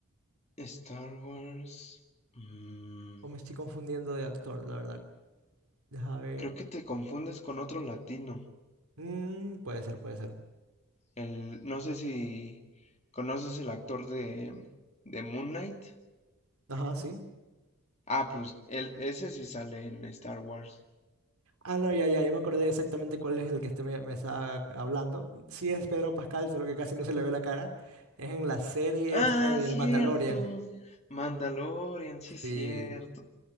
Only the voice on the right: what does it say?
O me estoy confundiendo de actor, la verdad. Deja ver.
Mm, puede ser, puede ser.
Ajá, sí.
Ah, no, ya, ya, yo me acordé exactamente cuál es el que usted me, me estaba hablando. Sí es Pedro Pascal, solo que casi no se le ve la cara. Es en la serie
esta del
Mandalorian.
Sí,